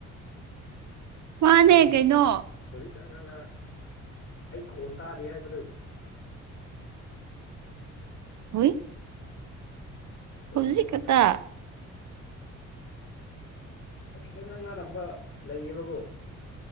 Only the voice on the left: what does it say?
ꯅꯠꯇꯦꯅꯤ
ꯑꯁ ꯍꯧꯖꯤꯛꯇꯉꯥꯡꯅ ꯑꯩ ꯈꯣꯟ ꯇꯥꯗꯦ ꯍꯥꯏꯕꯗꯨ
ꯑꯁ ꯇꯣꯉꯥꯜꯂ
ꯃꯥꯜꯂꯦ
ꯍꯧꯖꯤꯛ ꯈꯛꯇ ꯉꯥꯡꯅꯔꯝꯕ ꯂꯩꯌꯦꯕꯀꯣ